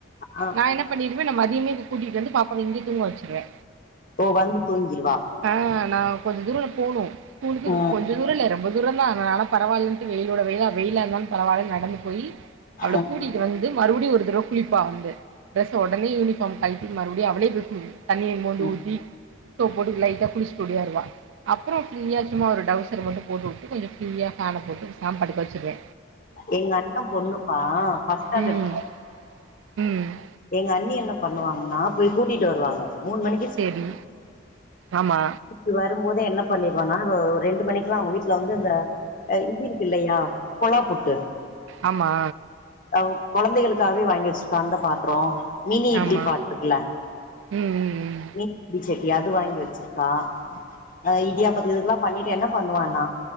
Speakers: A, on the left; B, on the right.
A: ஆ
B: நா என்ன பண்ணிடுவே நா மதியமே இப்ப கூட்டிட்டு வந்து பாப்பாவ இங்க தூங்க வச்சிருவே
A: ஓ வந்து தூங்கிருவா
B: ஆ நா கொஞ்ச தூரோ போணு ஸ்கூலுக்கு இதுக்கு
A: ம்
B: கொஞ்சதூர இல்ல ரொம்ப தூரந்தா நா நடப் பரவால்லன்டு வெயிலோட வெயிலா வெயிலா இருந்தாலு பரவால்லனு நடந்து போயி அவள
A: ம்
B: கூட்டிட்டு வந்து மறுபடியு ஒரு தடவ குளிப்பா வந்து டிரெஸ்ஸ உடனே யூனிஃபார்ம் கழிட்டி மறுபடியு அவளே <unintelligible> தண்ணிய மோந்து
A: ம்
B: ஊத்தி சோப் போட்டு லைட்ட குளிச்சிட்டு ஓடியாருவா அப்றோ ஃப்ரீயா சும்மா ஒரு டவுஸ் சர மட்டு போட்டுவுட்டு கொஞ்சோ ஃப்ரீயா ஃபேன போட்டு பேசாம படுக்க வச்சுடுவே
A: எங்க அண்ணே பொண்ணுப்பா ஃபஸ்ட் ஸ்டாண்டர்ட்
B: ம் ம்
A: எங்க அண்ணி என்ன பண்ணுவாங்ன்னா போய் கூட்டிட்டு வருவாங்க மூணு மணிக்
B: சேரி ஆமா
A: இப்டி வரும்போதே என்ன பண்ணிருவானா வ ஒரு ரெண்டு மணிக்கெல்லா அவங்க வீட்ல வந்து இந்த ஆ இது இருக்கு இல்லையா கொழா புட்டு
B: ஆமா
A: அவ கொழந்தைகளுக்காகவே வாங்கி வச்சிருப்பா அந்த பாத்ரோ மினி இட்லி
B: ஆமா
A: பாத்ருக்கல
B: ம் ம் ம்
A: மினி இட்லி சட்டி அது வாங்கி வச்சிரு அ இடியாப்பத்துகெல்லா பண்ணிட்டு என்ன பண்ணுவான்ன